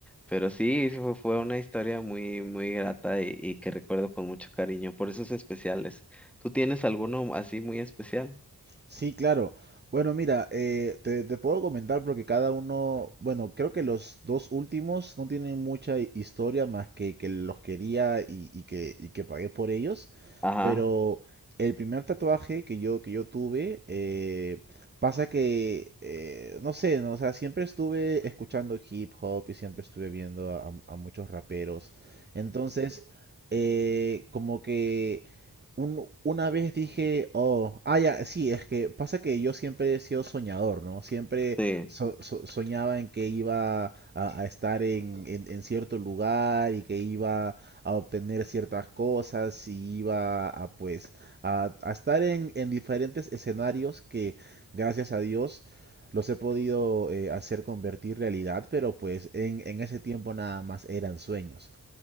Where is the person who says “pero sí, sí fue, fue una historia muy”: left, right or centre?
Centre